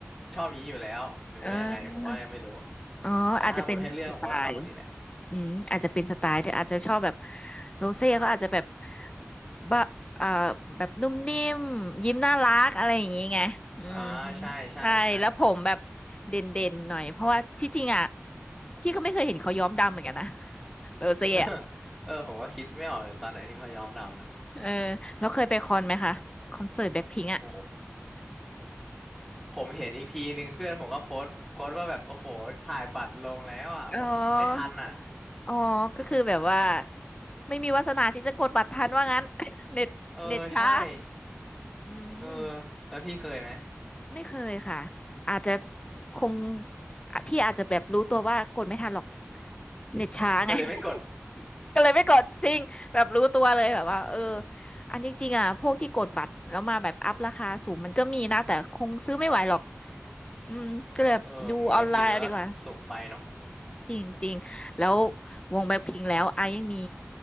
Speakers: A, in the centre; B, on the left.
A: ชอบอย่างนี้อยู่แล้วหรือว่ายังไงผมก็ยังไม่รู้
B: เออ อ๋ออาจจะเป็นสไตล์
A: แต่ถ้าหมดให้เลือกผมก็ชอบคนนี้แหละ
B: อืมอาจจะเป็นสไตล์เธออาจจะชอบแบบ
A: อืม
B: โรเซ่ก็อาจจะแบบบะเอ่อแบบนุ่มนิ่มยิ้มน่ารักอะไรอย่างงี้ไงอืม
A: อ่าใช่ใช่ใช่
B: ใช่แล้วผมแบบเด่นเด่นหน่อยเพราะว่าที่จริงอ่ะพี่ก็ไม่เคยเห็นเขาย้อมดำเหมือนกันนะโรเซ่อะ
A: <laughs> เออผมก็คิดไม่ออกเลยตอนไหนที่เขายอมดำนะ
B: เออแล้วเคยไปคอนไหมคะคอนเสิร์ตแบ็คพิงอ่ะ
A: โอ้โหผมเห็นอีกทีนึงเพื่อนผมก็โพสต์โพสต์ว่าแบบโอ้โหถ่ายบัตรลงแล้วอ่ะผมไม่ทันอ่ะ
B: อ๋ออ๋อก็คือแบบว่าไม่มีวาสนาที่จะกดบัตรทันว่างั้น <laughs> เน็ตเน็ตช้า
A: เออใช่
B: อืม
A: เออแล้วพี่เคยไหม
B: ไม่เคยค่ะอาจจะคงอ่ะพี่อาจจะแบบรู้ตัวว่ากดไม่ทันหรอกเน็ตช้าไง
A: <laughs> ก็เลยไม่กด <laughs>
B: <laughs> ก็เลยไม่กดจริงแบบรู้ตัวเลยแบบว่าเอออันนี้จริงๆอ่ะพวกที่กดบัตรแล้วมาแบบอัพราคาสูงมันก็มีนะแต่คงซื้อไม่ไหวหรอกอืมก็เลยแบบดูออนไลน์เอาดีกว่า
A: เออบางทีมันก็สูงไปเนาะ
B: จริงจริงแล้ววงแบล็คพิงค์แล้วไอยังมี